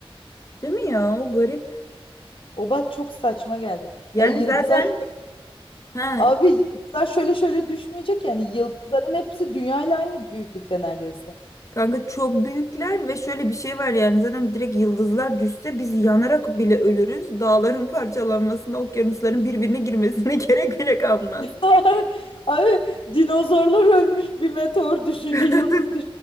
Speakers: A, on the left; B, on the left.
A: Değil mi ya? O garip.
B: O bak çok saçma geldi.
A: Yani
B: E yıldızlar
A: zaten ha
B: abi yıldızlar şöyle şöyle düşmeyecek yani yıldızların hepsi dünyayla aynı büyüklükte neredeyse.
A: Kanka çok büyükler ve şöyle bir şey var yani zaten direkt yıldızlar düşse biz yanarak bile ölürüz. Dağların parçalanmasına, okyanusların birbirine girmesine <laughs> gerek bile kalmaz.
B: <laughs> Abi dinozorlar ölmüş bir meteor düşünce
A: <laughs>
B: yıldız